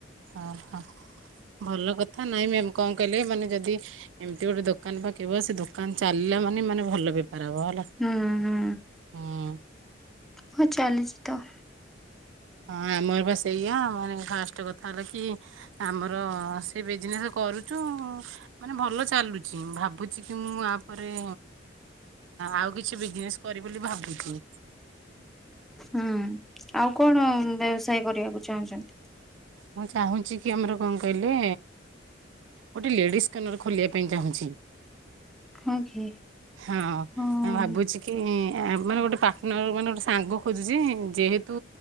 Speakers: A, on the right; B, in the centre.
A: ଓହୋ ଭଲ କଥା ନାଇଁ ମ୍ୟାମ୍ କଣ କହିଲେ? ମାନେ ଯଦି ଏମିତି ଗୋଟେ ଦୋକାନ ପକେଇବ ସେ ଦୋକାନ ଚାଲିଲା ମାନେ ମାନେ ଭଲ ବେପାର ହେବ ହେଲା।
B: ହୁଁ ହୁଁ
A: ହୁଁ।
B: ହଁ ଚାଲିଛି ତ।
A: ହଁ ଆମର ବା ସେଇଆ ମାନେ ଫାଷ୍ଟ କଥା ହେଲା କି ଆମର ସେ ବିଜନେସ କରୁଛୁ ମାନେ ଭଲ ଚାଲୁଛି। ଭାବୁଚିକି ମୁଁ ଆ ପରେ ଆଉ କିଛି ବିଜନେସ୍ କରି ବୋଲି ଭାବୁଛି।
B: ହୁଁ ଆଉ କଣ ବ୍ୟବସାୟ କରିବାକୁ ଚାହୁଁଛନ୍ତି?
A: ମୁଁ ଚାହୁଁଛି କି ଆମର କଣ କହିଲେ? ଗୋଟେ ଲେଡିସ କର୍ନର ଖୋଲିବା ପାଇଁ ଚାହୁଁଛି।
B: ହଁ କି
A: ହଁ
B: ହଁ।
A: ମୁ ଭାବୁଛି କି ମାନେ ଗୋଟେ ପାର୍ଟନର ମାନେ ଗୋଟେ ସାଙ୍ଗ ଖୋଜୁଛି, ଯେହେତୁ